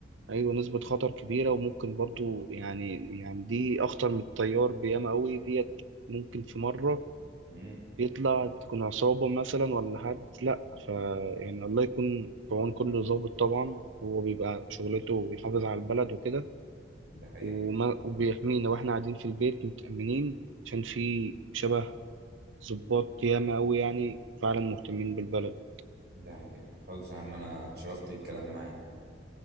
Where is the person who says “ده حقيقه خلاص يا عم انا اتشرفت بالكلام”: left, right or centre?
Right